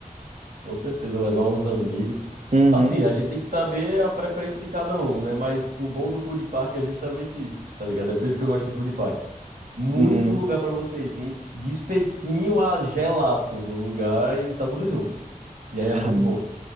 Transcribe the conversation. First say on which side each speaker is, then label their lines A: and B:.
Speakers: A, on the right; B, on the right.
A: Com certeza, levar uns amigos.
B: Uhum,
A: Assim, a gente tem que saber a preferência de cada um, né? Mas o bom do food park é justamente isso, tá ligado? É por isso que eu gosto do food park. Muito
B: uhum.
A: lugar pra você ir. Tem es- de espetinho a gelato no lugar e tá tudo junto. E aí é
B: Ah,
A: muito
B: mano.
A: bom.